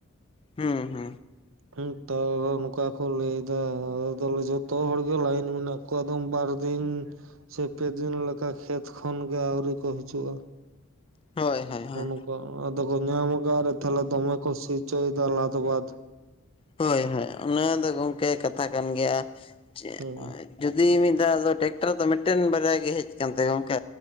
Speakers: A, on the left; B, on the right.
A: ᱦᱩᱸ ᱦᱩᱸ᱾
B: ᱱᱮᱛᱟᱨ ᱱᱚᱝᱠᱟ ᱠᱚ ᱞᱟᱹᱭ ᱫᱟ ᱟᱞᱮ ᱛᱟᱦᱚᱞᱮ ᱡᱚᱛᱚ ᱦᱚᱲ ᱜᱮ ᱞᱟᱭᱤᱱ ᱢᱮᱱᱟᱜ, ᱠᱚᱫᱚᱢ ᱵᱟᱨ ᱫᱤᱱ ᱥᱮ ᱯᱮᱫᱤᱱ ᱞᱮᱠᱟ ᱠᱷᱮᱛ ᱠᱷᱚᱱ ᱜᱮ ᱟᱹᱣᱨᱤ ᱠᱚ ᱦᱤᱡᱩᱜ-ᱟ᱾
A: ᱦᱳᱭ᱾ ᱦᱳᱭ ᱦᱳᱭ
B: ᱚᱱᱠᱟ ᱟᱫᱚ ᱠᱚ ᱧᱟᱢ ᱟᱠᱟᱫ ᱨᱮ ᱛᱟᱦᱞᱮ ᱫᱚᱢᱮ ᱠᱚ ᱥᱤ ᱦᱚᱪᱚᱭ ᱫᱟ ᱞᱟᱫ ᱵᱟᱫ,
A: ᱦᱳᱭ ᱦᱳᱭ ᱚᱱᱟ ᱫᱚ ᱜᱚᱝᱠᱮ ᱠᱟᱛᱷᱟ ᱠᱟᱱ ᱜᱮᱭᱟ ᱡᱮ,
B: ᱦᱩᱸ᱾
A: ᱡᱩᱫᱤ ᱢᱤᱫ ᱫᱷᱟᱣ ᱫᱚ ᱴᱮᱠᱴᱟᱨ ᱫᱚ ᱢᱤᱫᱴᱮᱱ ᱵᱟᱨᱭᱟ ᱜᱮ ᱦᱮᱡ ᱟᱠᱟᱱ ᱛᱮ ᱜᱚᱝᱠᱮ